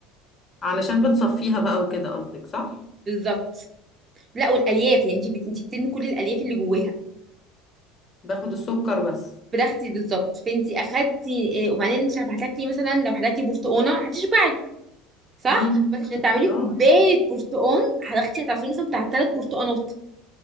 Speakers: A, on the left; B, on the right.
A: علشان بنصفيها بقى وكده قصدك صح
B: بالظبط لا والالياف يعني انت بت... انت بترمي كل الالياف اللي جواها
A: باخد السكر بس
B: بتاخدي بالظبط فانت اخدتي إيه وبعدين انت لما هتاكلي مثلا لو هتاكلي برتقانه هتشبعي صح
A: امم
B: بس عشان تعملي
A: اه
B: كوبايه برتقان هتاخدي هتعصري مثلا بتاع ثلاث برتقانات